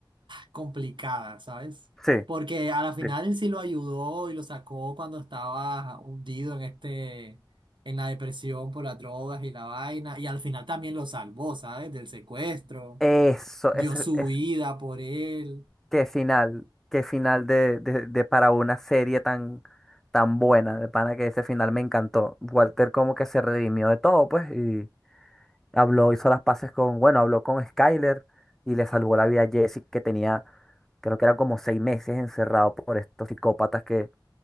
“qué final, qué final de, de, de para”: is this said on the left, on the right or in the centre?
Centre